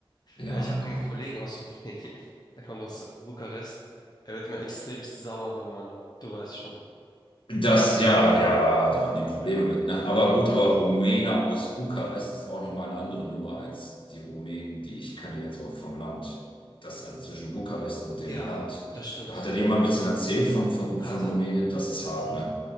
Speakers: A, on the left; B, on the left.
A: Ja,
B: Ja, ich habe
A: genau.
B: einen Kollegen aus Rumänien. <laughs> Der kommt aus Bukarest. Er wird mir extremst sauer, wenn man, du weißt schon.
A: Das,
B: Die,
A: ja, ja, da haben die Probleme mit, ne? Aber
B: mhm.
A: gut, aber Rumäne aus Bukarest ist auch nochmal eine andere Nummer als die Rumänen, die ich kenne jetzt auch vom Land. Das, also zwischen Bukarest und dem
B: Ja,
A: Land.
B: das stimmt.
A: Hat er dir mal ein bisschen erzählt von, von, von
B: Hatte.
A: Rumänien? Das ist hart,
B: Mhm.
A: ne?